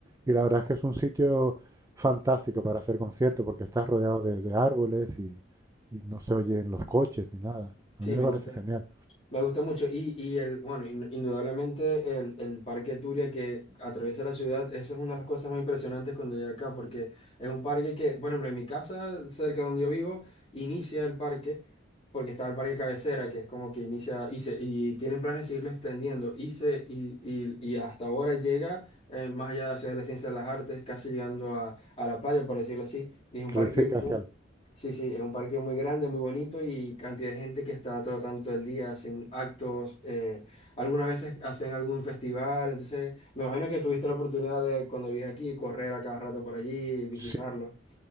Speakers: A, on the right; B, on the left.
A: y la verdad es que es un sitio fantástico para hacer conciertos porque está rodeado de, de árboles y, y no se oyen los coches ni nada. A
B: sí,
A: mí
B: me
A: me parece
B: gusta.
A: genial.
B: Me gusta mucho. Y, y el, bueno, in- indudablemente el, el Parque Turia que atraviesa la ciudad, esa es una de las cosas más impresionantes cuando llegué acá, porque es un parque que, por ejemplo, en mi casa, cerca donde yo vivo, inicia el parque, porque está el parque cabecera, que es como que inicia, y, se, y tienen planes de seguirlo extendiendo, y, se, y, y- y hasta ahora llega eh, más allá de la ciudad de la ciencia de las artes, casi llegando a, a la playa, por decirlo así. Y es un
A: Sí,
B: parque
A: sí,
B: muy,
A: casi al-
B: Sí, sí, es un parque muy grande, muy bonito y cantidad de gente que está trotando todo el día, hacen actos, eh, algunas veces hacen algún festival, entonces me imagino que tuviste la oportunidad de cuando vives aquí correr a cada rato por allí, visitarlo.
A: Sí,